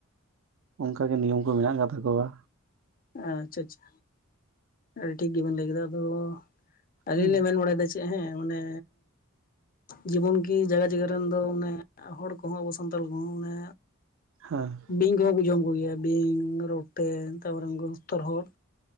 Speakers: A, on the right; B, on the left.
A: ᱚᱱᱠᱟᱜᱮ ᱱᱤᱭᱚᱢ ᱠᱚ ᱢᱮᱱᱟᱜ ᱟᱠᱟᱫ ᱛᱟᱠᱚᱣᱟ᱾
B: ᱟᱪᱪᱷᱟ ᱟᱪᱪᱷᱟ ᱟᱹᱰᱤ ᱴᱷᱤᱠ ᱜᱮᱵᱮᱱ ᱞᱟᱹᱭ ᱠᱮᱫᱟ ᱟᱫᱚ, ᱟᱹᱞᱤᱧ
A: ᱦᱮᱸ
B: ᱞᱤᱧ ᱢᱮᱱ ᱵᱟᱲᱟᱭ ᱮᱫᱟ᱾ ᱦᱮᱸ ᱚᱱᱮ ᱡᱤᱵᱚᱱ ᱜᱮ᱾ ᱠᱤ ᱡᱟᱜᱟ ᱡᱟᱜᱟ ᱨᱮᱱ ᱫᱚ ᱢᱟᱱᱮ ᱦᱚᱲ ᱠᱚᱦᱚᱸ, ᱟᱵᱚ ᱥᱟᱱᱛᱟᱞ ᱠᱚᱦᱚᱸ, ᱢᱟᱱᱮ
A: ᱦᱮᱸ᱾
B: ᱵᱤᱧ ᱠᱚᱦᱚᱸ ᱠᱚ ᱡᱚᱢ ᱠᱚ ᱜᱮᱭᱟ, ᱵᱤᱧ ᱨᱚᱴᱮ ᱛᱟᱯᱚᱨᱮ ᱩᱱᱠᱩ ᱛᱚᱨᱦᱚᱫ᱾